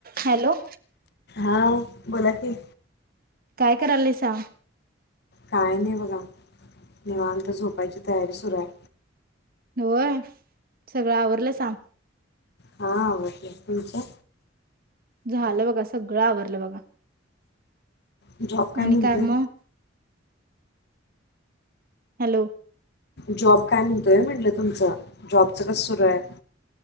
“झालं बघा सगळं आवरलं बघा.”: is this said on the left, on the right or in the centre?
Right